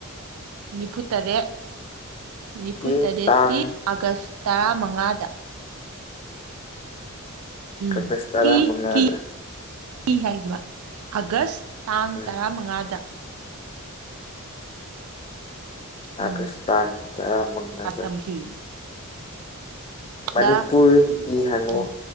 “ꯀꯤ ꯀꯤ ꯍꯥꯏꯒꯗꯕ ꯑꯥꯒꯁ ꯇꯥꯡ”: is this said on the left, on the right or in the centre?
Right